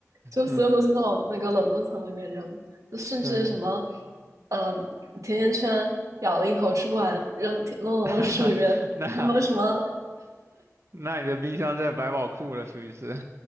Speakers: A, on the right; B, on the right.
A: 就所有东西都往那个冷冻层里面扔，
B: 嗯，
A: 就甚至什么，
B: 对，
A: 嗯，甜甜圈咬了一口吃不完，扔扔冷冻室里面。
B: <laughs> 那
A: 然后什么
B: 那你的冰箱真的百宝库了，属于是。